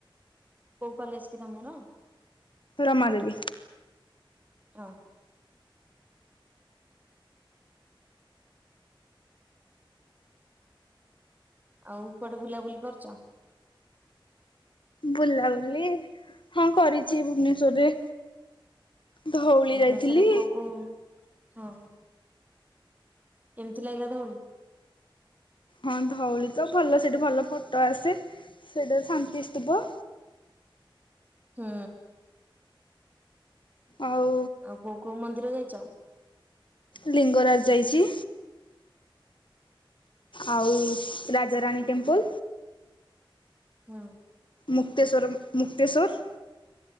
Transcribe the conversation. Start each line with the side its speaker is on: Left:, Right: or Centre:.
Right: କୋଉ କଲେଜ୍ କି ତମର?
Left: ରମା ଦେବୀ।
Right: ହ। ଆଉ କୁଆଡେ ବୁଲାବୁଲି କରୁଛ?
Left: ବୁଲାବୁଲି ହଁ କରିଛି ଭୁବନେଶ୍ଵରରେ। ଧଉଳି
Right: ଭୁବନେଶ୍ୱରରେ
Left: ଯାଇଥିଲି।
Right: କୋଉ କୋଉ ହଁ। କେମିତି ଲାଗିଲା ଧଉଳି?
Left: ହଁ ଧଉଳି ତ ଭଲ ସେଠି ଭଲ ଫଟୋ ଆସେ ସେଟା ଶାନ୍ତିସ୍ତୁପ।
Right: ହୁଁ।
Left: ଆଉ
Right: ଆଉ କୋଉ କୋଉ ମନ୍ଦିର ଯାଇଛ?
Left: ଲିଙ୍ଗରାଜ ଯାଇଛି। ଆଉ ରାଜାରାଣୀ ଟେମ୍ପୁଲ।
Right: ହୁଁ।
Left: ମୁକ୍ତେଶ୍ୱର ମୁକ୍ତେଶ୍ୱର।